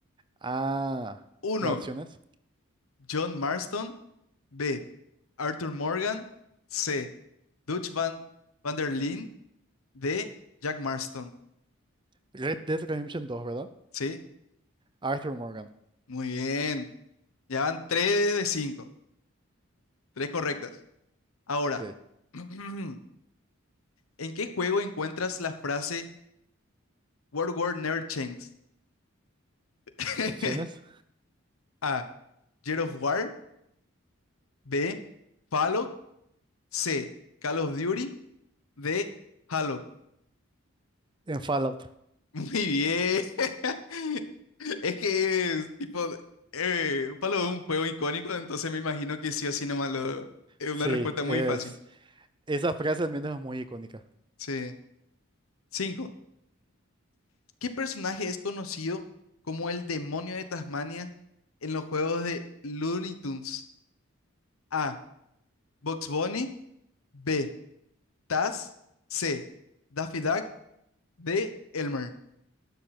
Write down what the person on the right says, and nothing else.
Ah,
las opciones.
Red Dead Redemption dos, ¿verdad?
Arthur Morgan.
Ok.
Opciones.
En Fallout.
Sí,
es.
Esa frase al menos es muy icónica.